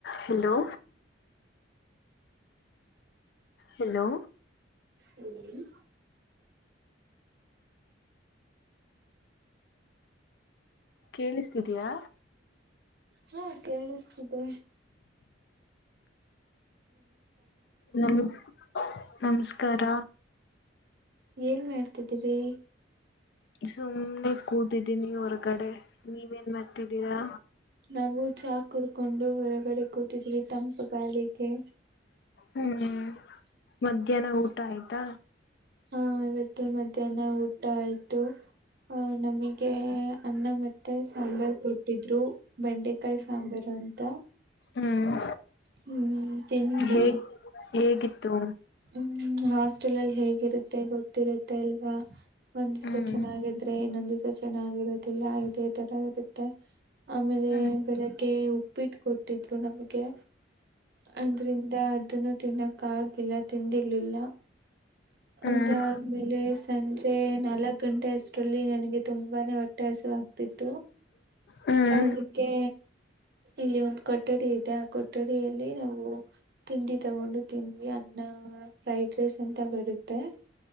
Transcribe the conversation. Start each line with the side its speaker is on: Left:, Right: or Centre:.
Left: Hello hello
Right: ಹೇಳಿ
Left: ಕೇಳಸ್ತಿದೆಯಾ
Right: ಹಾ ಕೇಳಸ್ತಿದೆ.
Left: <inaudible> ನಮಸ್ ನಮಸ್ಕಾರ.
Right: ಏನ್ ಮಾಡ್ತಿದ್ದೀರಿ.
Left: ಸುಮ್ನೆ ಕೂತಿದ್ದೀನಿ ಹೊರಗಡೆ ನೀವೆನ್ ಮಾಡ್ತಿದ್ದೀರಾ.
Right: ನಾವು ಚಾ ಕುಡ್ಕೊಂಡು ಹೊರಗಡೆ ಕೂತಿದ್ವಿ ತಂಪು ಗಾಳಿಗೆ
Left: ಹ್ಮು ಮಧ್ಯಾಹ್ನ ಊಟ ಆಯ್ತ್. ತ್ತ
Right: ಹ ಇವತ್ತು ಮಧ್ಯಾಹ್ನ ಊಟ ಆಯ್ತು ಆಹ ನಮಗೆ ಅನ್ನ ಮೆ ತ್ತ ಸಾಂಬಾರ್ ಕೊಟ್ಟಿದ್ರು ಬೆಂಡೆಕಾಯಿ ಸಾಂಬಾರ ಅಂತ
Left: ಹ್ಮ್
Right: ಹ್ಮ ತಿಂದ್ವಿ.
Left: ಹೇಗ್ ಹೇಗಿತ್ತು
Right: ಹ್ಮ ಹಾಸ್ಟೆಲ್ ಲ್ಲಿ ಹೇಗಿರು ಮತ್ತೆ ಗೊತ್ತಿರುತ್ತೆ ಅಲ್ವಾ ಒಂದಿಸ
Left: ಹ್ಮ್
Right: ಚೆನ್ನಾಗಿದ್ರೆ ಇನ್ನೊಂದ ದಿವ್ಸ ಚೆನ್ನಾಗಿರು. ತ್ತಿಲ್ಲ ಇದೆ ತರ ಇರುತ್ತೆ. ಆಮೇಲೆ
Left: ಹ್ಮ್
Right: ಬೆಳಗ್ಗೆ ಉಪ್ಪಿಟ್ಟ ಕೊಟ್ಟ. ಟ್ಟಿದ್ರು ನಮಗೆ. ಅದ್ರಿಂದ ಅದನ್ನು. ತಿನಕ್ಕ ಆಗಿಲ್ಲ. ತಿಂದಿರ್ಲಿಲ್ಲ.
Left: ಹ್ಮ್
Right: ಅದಾದ್ಮೇಲೆ ಸಂಜೆ ನಾಲ್ಕ್ ಗಂಟೆ ಅಷ್ಟರಲ್ಲಿ ನನಗೆ ತುಂಬಾನೇ ಹೊಟ್ಟೆ ಹಸಿವು ಆಗ್ತಿತ್ತು
Left: ಹ್ಮ್
Right: ಅದಕ್ಕೆ ಇಲ್ಲಿ ಒಂದು ಕೊಠಡಿ ಇದೆ ಆ ಕೊ ಠಡಿಯಲ್ಲಿ ನಾವು ತಿಂಡಿ ತಗೊಂಡು ತಿಂದ್ವಿ ಅನ್ನಾ ಫ್ರೈಡ್ ರೈಸ್. <unintelligible>